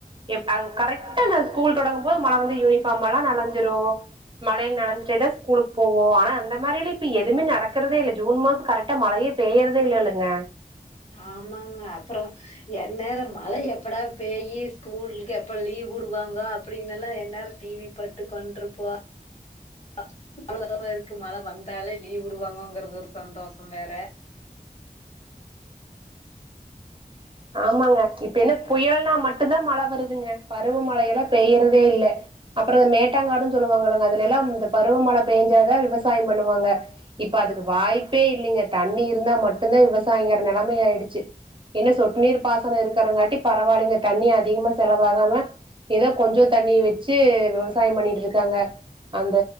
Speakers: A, on the right; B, on the left.
A: எப் அது கரெக்டா இந்த ஸ்கூல் தொடங்கும் போது மழ வந்து யூனிஃபார்ம் எல்லா நலஞ்சிரு மழைல நெனைஞ்சிட்டே தா ஸ்கூலுக்கு போவோ ஆனா அந்த மாரிலா இப்ப எதுமே நடக்கிறதே இல்ல ஜூன் மாசம் கரெட் டா மழையே பெய்யறதே இல்லேலங்க
B: ஆமாங்க அப்புற என்நேர மழை எப்படா பெயி ஸ்கூலுக்கு எப்ப லீவ் விடுவாங்கோ அப்டின் எல்லா என் நேர டிவி பாட்டு ஒக்கான்ட்ருப்போ அ <unintelligible> இருக்கு மழை வந்தாலே லீவ் விடுவாங்கோங்கறது ஒரு சந்தோஷ வேற
A: ஆமாங்க இப்ப என்ன புயல்னா மட்டுதா மழை வருதுங்க பருவமழை எல்லா பேய்யிறதே இல்ல அப்புற இந்த மேட் ட்டங்காடுன்னு சொல்லுவாங்கங்க அதுல எல்லா இந்த பருவமழை பெஞ்சாதா விவசாய பண்ணுவாங்க இப்ப அதுக்கு வாய்ப்பே இல்லைங்க தண்ணி இருந்தா மட்டுந்தா விவசாயிங்கற நெலைமை ஆயிடுச்சு என்ன சொட்டு நீீர் பாசன இருக்கறங்காட்டி பரவாயில்லைங்க தண்ணி அதிகமா செலவாகாம ஏதோ கொஞ்ச தண்ணிய வச்சு விவசாயம் பண்ணிட்டு இருக்காங்க அந்த